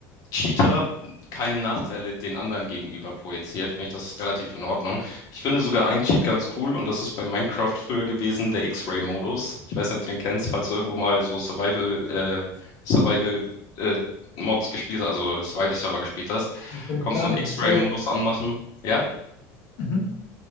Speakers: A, on the left (about 55°); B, on the left (about 80°).
A: Cheater keine Nachteile den anderen gegenüber projiziert, finde ich das relativ in Ordnung. Ich finde sogar einen Cheat ganz cool und das ist bei Minecraft früher gewesen, der X-Ray-Modus. Ich weiß nicht, ob du den kennst, falls du irgendwo mal so Survival, äh, Survival, äh, Mods gespielt hast, also Survival-Server gespielt hast,
B: das kann ich
A: konntest
B: gar
A: du einen
B: nicht
A: X-Ray-Modus
B: erzählen.
A: anmachen. Ja,
B: Mhm.